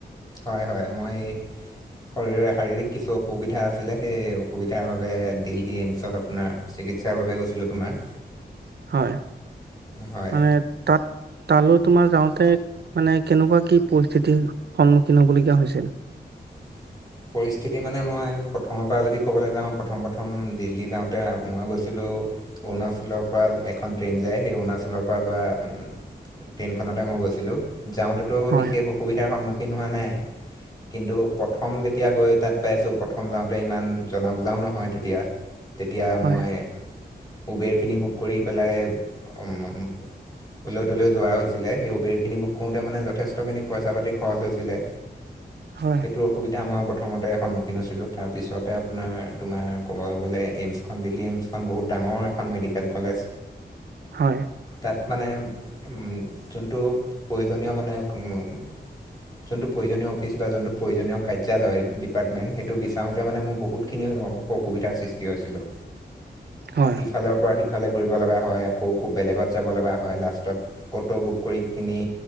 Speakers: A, on the left; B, on the right.
A: হয় হয় মই এই শৰৰে শাৰীৰিক কিছু অসুবিধা আছিলে সেই অসুবিধাৰ বাবে দিল্লী এইমচত আপোনাৰ চিকিৎসাৰ বাবে গৈছিলো তোমাৰ।
B: হয়
A: হয়
B: মানে তাত তালৈ তোমাৰ যাওঁতে মানে কেনেকুৱা কি পৰিস্থিতিৰ সন্মুখীন হ'বলগীয়া হৈছিল?
A: <inaudible> পৰিস্থিতি মানে মই প্ৰথমৰ পৰা যদি ক'বলৈ যাওঁ প্ৰথম প্ৰথম দিল্লী যাওঁতে মই গৈছিলোঁ। অৰুণাচলৰ পৰা এখন ট্ৰেইন যায় সেই অৰুণাচলৰ পৰা যোৱা উ ট্ৰেইনখনতে মই গৈছিলোঁ। যাওঁতেটো
B: হয়
A: বিশেষ অসুবিধাৰ সন্মুখীন হোৱা নাই কিন্তু প্ৰথম যে তিয়া গৈ তাত পাইছোঁ প্ৰথম যাওঁতে ইমান জনা বুজাও নহয় তেতিয়া। তেতিয়া
B: হয়
A: মই উবেৰখিনি বুক কৰি পেলাই অম মম এলৈ তলৈও যোৱা হৈছিলে সেই উবেৰখিনি বুক কৰোঁতে মানে যথেষ্টখিনি পইচা পাতি খৰচ হৈছিলে।
B: হয়
A: সেইটো অসুবি মই প্ৰথমতে সন্মুখীন হৈছিলো তাৰপিছতে আপোনাৰ তোমাৰ ক'ব গ'লে এইমছখন দিল্লী এইমছ বহুত ডাঙৰ এখন মেডিকেল কলেজ।
B: হয়
A: তাত মানে উম, যোনটো প্ৰয়োজনীয় মানে উম, যোনটো প্ৰয়োজনীয় অফিচ বা যোনটো প্ৰয়োজনীয় কাৰ্যালয়, ডিপাৰ্টমেণ্ট সেইটো বিচাৰোতে মানে মোৰ বহুতখিনি অসুবিধাৰ সৃষ্টি হৈছিলোঁ।
B: হয়
A: ইফালৰ পৰা সিফ ফালে ঘূৰিব লগা হয় আকৌ ব বেলেগত যাব লগা হয় লাষ্টত, অটো বুক কৰি কিনি